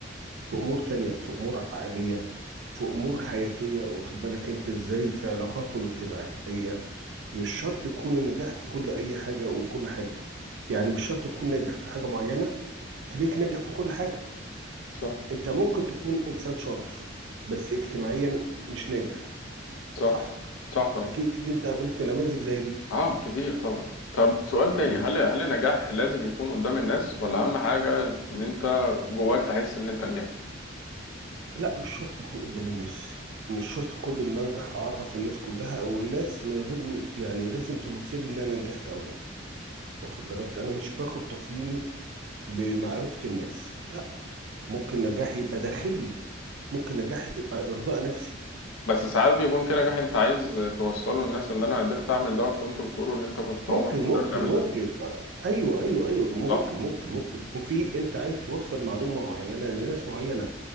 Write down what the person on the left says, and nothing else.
صح
صح
صح طبعا
اه كتير طبعا طب سؤال تاني
هل هل النجاح لازم يكون قدام الناس ولا أهم حاجة إن أنت جواك تحس إن أنت نجحت؟
بس ساعات بيكون في
نجاح انت عايز توصله للناس اللي انا قدرت اعمل دوت وانتوا بتقولوا ان انت كنت
عمرك ما قدرت
تعمل
ده
صح